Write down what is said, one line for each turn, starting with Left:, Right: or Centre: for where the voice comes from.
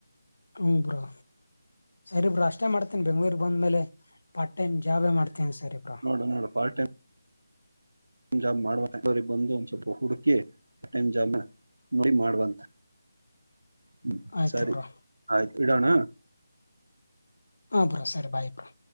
Left: ಹ್ಮ ಬ್ರಾ ಸರಿ ಬ್ರಾ ಅಷ್ಟೇ ಮಾಡ್ತೇನಿ ಬೆಂಗ್ಳೂರಿಗೆ ಬಂದ ಮೇಲೆ ಪಾರ್ಟ್ ಟೈಮ್ ಜಾಬ್ ಮಾಡ್ತೀನ್ ಸರಿ ಬ್ರಾ
Right: ನನ್ನೋಡ ಪಾರ್್ಟ ೈ್ ಜಾಮ್ ಮಾಡ ಬಂದು ಒಂದ್ ಸ್ವಲ್ಪ ಹುಡುಕಿ ಆ ಟೈಮ್ ಜಾಮ್ ನೋಡಿ ಮಾಡುವಂತ ಹ್ಮ್
Left: ಆಯ್ತು
Right: ಸರಿ
Left: ಬ್ರೋ
Right: ಆಯ್ತು ಇಡೋಣ
Left: ಹಾಂರಾ ಸ ಬಾಯ್ ಬರಾ